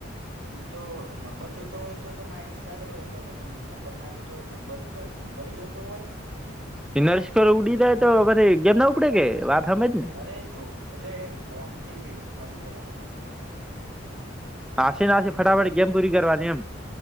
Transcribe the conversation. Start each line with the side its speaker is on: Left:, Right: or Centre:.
Right: એ તો નંબર જોતો હોય તો તો માઇનસ લાગે તોો નહી પણ નંબર ના જોતો. તો નંબર જો નંબરે જોતો હોય.
Centre: ઇ નરેશકોર ઉડી દાય તો મને ગેમ ના ઉપડે કે હમજ ને
Right: અરે જો એટલે બોમ્બ થી મરી જવાનું વાંચ નથી.
Centre: હશે ના ફટાફટ ગેમ પૂરી કરવાની એમ